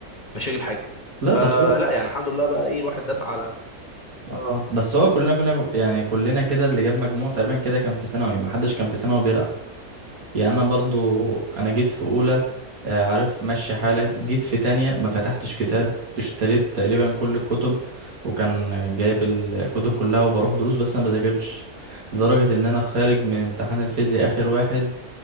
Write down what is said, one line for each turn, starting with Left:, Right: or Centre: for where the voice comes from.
Left: مش هجيب حاجه
Right: لا
Left: فلا
Right: بس هو
Left: يعني الحمد لله بقى ايه الواحد داس على
Right: اه بس هو كلنا كنا يعني كلنا كده اللي جاب مجموع تقريبا كده كان في ثانوي ما حدش كان في ثانوي بيلعب يعني انا برضو انا جيت في اولى آه، عارف مشي حالك جيت في تانية ما فتحتش كتاب اشتريت تقريبا كل الكتب وكان جايب الكتب كلها وبروح دروس بس انا بذاكرش لدرجة ان انا خارج من امتحان الفيزياء اخر واحد